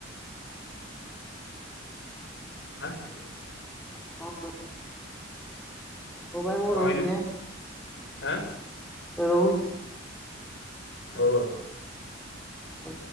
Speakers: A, on the left; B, in the centre.
A: ଆଁ
B: ସେ କଣ କରିବୁ ହଉ ଭାଇ ବୋଉ
A: କଣ କହିଲୁ
B: ରହୁଛି
A: ଆଁ
B: ରହୁଛି
A: ହଁ
B: ହ